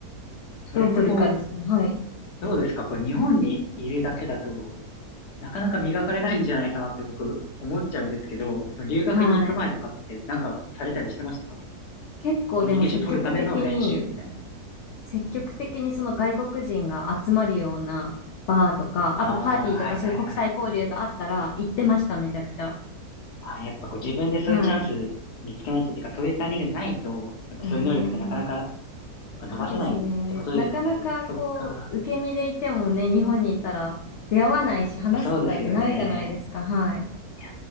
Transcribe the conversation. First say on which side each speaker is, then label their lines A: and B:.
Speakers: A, on the left; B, on the left.
A: それってこう、
B: どう取るかですね。はい、
A: どうですかこう、日本にいるだけだと、なかなか磨かれないんじゃないかなって僕思っちゃうんですけど、その留学に行く前とかってなんかされたりしてましたか
B: はい。結構でも積極的に
A: コミュニケーション取るための練習みたいな。
B: 積極的にその外国人が集まるようなバーとか、
A: うん。ああ、
B: あとパーティーとかそういう国際交流があったら行ってました、
A: はいはいはい。
B: めちゃくちゃ。
A: あ、やっぱこう自分でそういうチャンス
B: はい。
A: 見つけないとっていうか、そういうタイミングないと、やっぱそういう能力ってなかなか、
B: うーん。
A: やっぱ伸ばせないってことですよね。
B: そうですね。なかなかこう、
A: あそっか。
B: 受け身でいてもね、日本にいたら出会わないし、話す機会ってないじゃないですか。
A: いや、そうですよね。
B: はい。
A: いや